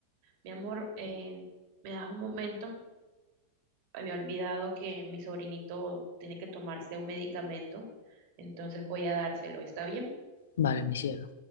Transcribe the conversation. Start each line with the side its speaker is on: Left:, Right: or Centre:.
Right: Mi amor, eh, ¿me das un momento? había olvidado que mi sobrinito tiene que tomarse un medicamento, entonces voy a dárselo. ¿Está bien?
Left: Vale, mi cielo.